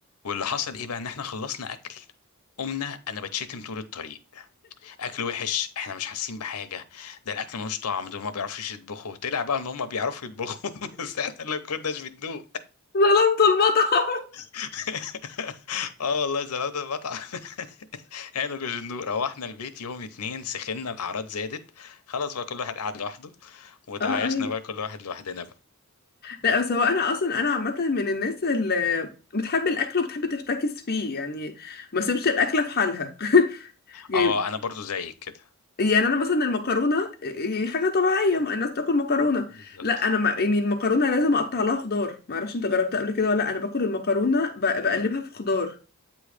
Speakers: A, on the left; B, on the left.
A: واللي حصل ايه بقى ان احنا خلصنا اكل قمنا انا بتشتم طول الطريق اكل وحش احنا مش حاسين بحاجه ده الاكل ملوش طعم دول ما بيعرفوش يطبخوا طلع بقى ان هم بيعرفوا يطبخوا <laughs> بس احنا اللي كناش بندوق
B: ظلمت المطعم
A: <laughs> اه والله زمان ده المطعم <laughs> احنا ما كناش بندوق روحنا البيت يوم اتنين سخنا الاعراض زادت خلاص بقى كل واحد قعد لوحده وتعايشنا
B: اه اه
A: بقى كل واحد لوحدنا بقى
B: لا بس هو انا اصلا انا عامه من الناس اللي بتحب الاكل وبتحب تفتكس فيه يعني ما سيبش الاكله في حالها <laughs> يعني
A: اه انا برضو زيك كده
B: يعني انا مثلا المكرونه يعني حاجه طبيعيه ما الناس تاكل مكرونه
A: بالظبط
B: لا انا ما يعني المكرونه لازم اقطع لها خضار ما اعرفش انت جربتها قبل كده ولا لأ. انا باكل المكرونه ب- بقلبها
A: مم.
B: في خضار